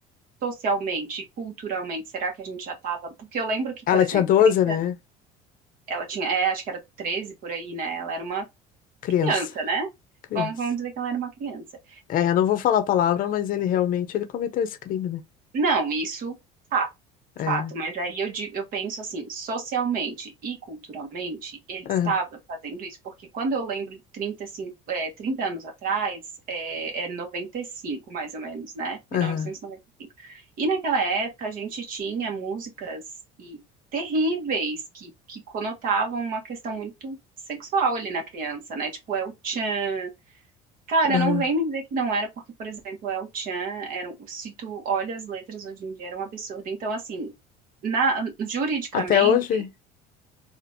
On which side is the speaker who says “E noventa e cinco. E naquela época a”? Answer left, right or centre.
Right